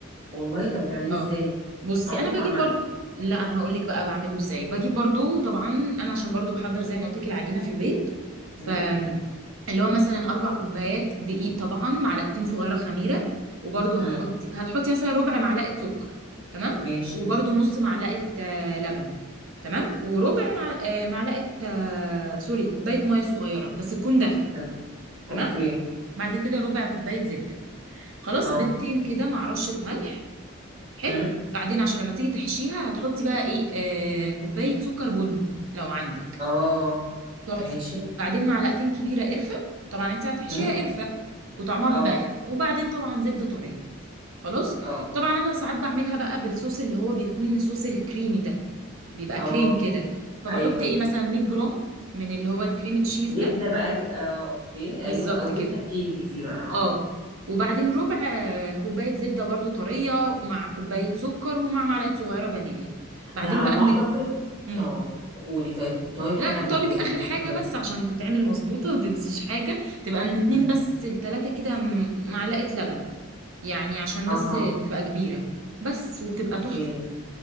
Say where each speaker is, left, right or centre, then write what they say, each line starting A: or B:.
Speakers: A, on the right; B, on the right.
A: والله طب بتعمليه
B: اه
A: ازاي
B: بصي
A: عمري
B: انا بجيب
A: ما عملته
B: برضو لا انا هقول لك بقى بعمله ازاي بجيب برضو طبعا انا عشان برضو بحضر زي ما قلت لك العجينه في البيت ف
A: امم
B: اللي هو مثلا اربع كوبايات دقيق طبعا معلقتين صغيره خميره وبرضو
A: امم
B: هحط هتحطي مثلا ربع معلقه سكر تمام
A: ماشي
B: وبرضو نص معلقه آه، لبن تمام وربع مع- آه، معلقه آه، سوري كوبايه ميه صغيره بس تكون دافيه
A: تمام.
B: تمام
A: اوكي
B: بعد كده ربع كوبايه زبده خلاص
A: اه
B: بيضتين كده مع رشه ملح حلو
A: امم
B: بعدين عشان لما تيجي تحشيها هتحطي بقى ايه آه كوبايه سكر بني لو عندك
A: اه
B: تحفه
A: ماشي
B: بعدين معلقتين كبيره قرفه طبعا انت هتحشيها
A: امم
B: قرفه وطعمها
A: اه
B: بيبقى قرفه وبعدين طبعا زبده طريه خلاص
A: اه
B: طبعا انا ساعات بعملها بقى بالصوص اللي هو بيكون الصوص الكريمي ده بيبقى
A: اه
B: كريم كده فبحط
A: ايوه
B: ايه مثلا 100 جرام من اللي هو الكريم تشيز
A: جبنه
B: ده
A: بقى اه اوكي
B: بالظبط
A: ايوه او جبنه
B: كده
A: كيري دي بقى اه
B: اه وبعدين ربع آه، كوباية زبدة برضو طرية مع كوباية سكر ومع معلقة صغيرة فانيليا بعدين
A: انا على
B: بقى
A: ما
B: من
A: اعتقد
B: مم.
A: اه قولي طيب كنت هقولي حاجه
B: لا كنت
A: عن المخبوزات
B: اقولك اخر
A: بس
B: حاجة
A: كمل
B: بس عشان تتعمل مظبوطة ومتنسيش حاجة تبقى من اتنين
A: مم.
B: بس لتلاتة كده م- معلقة لبن يعني عشان
A: اه
B: بس تبقى كبيرة بس وبتبقى
A: اوكي
B: تحفة